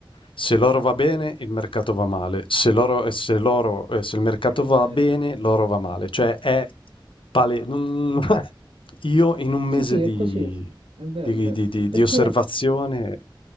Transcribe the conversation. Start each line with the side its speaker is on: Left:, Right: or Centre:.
Left: se l'oro va bene, il mercato va male, se l'oro, eh, se l'oro, eh, se il mercato
Right: è
Left: va
Right: Sì, vero.
Left: bene, l'oro va male, cioè è pale... non- <laughs> Io in un mese
Right: Sì, sì,
Left: di,
Right: è così, è vero,
Left: di-
Right: è vero.
Left: di- di-
Right: Perché
Left: di osservazione